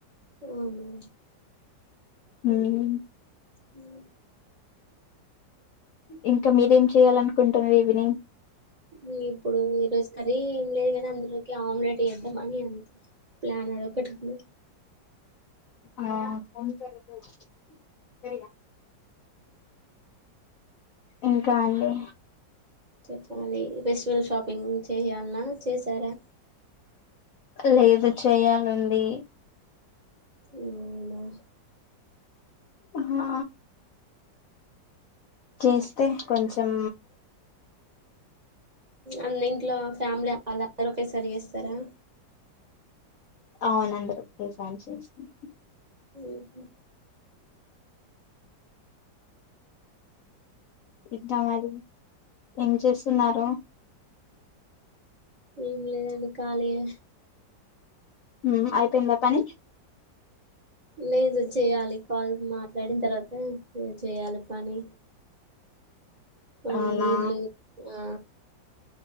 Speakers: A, on the right (about 45°); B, on the left (about 70°).
A: అవునా
B: హ్మ్
A: హ్
B: ఇంకా మీరేం చేయాలనుకుంటున్రు ఈవినింగ్
A: ఇగ ఇప్పుడు ఈ రోజు కర్రీ ఏం లేదు కని అందులోకి ఆమ్లెట్ ఏద్దామని అంతే ప్లాన్ అది ఒకటి ఉంది
B: ఆ చేయిరా ఇంకా అండి
A: చెప్పాలి ఫెస్టివల్ షాపింగ్ చేయాల్న చేశారా
B: లేదు చేయాలండి
A: ఉ అవునా
B: ఆ చేస్తే కొంచెం
A: అన్నింఇంట్లో ఫ్యామిలీ అవాల మరొకే సారి చేస్తారా
B: అవును అందరూ <unintelligible>
A: ఉహు
B: ఇట్టా మరి ఏం చేస్తున్నారు
A: ఏం లేదు ఖాళీయే
B: హు అయిపోయిందా పని
A: లేదు చేయాలి కాల్స్ మాట్లాడిన తర్వాత చేయాల పని కొన్ని
B: అవునా
A: ఇల్లు ఆ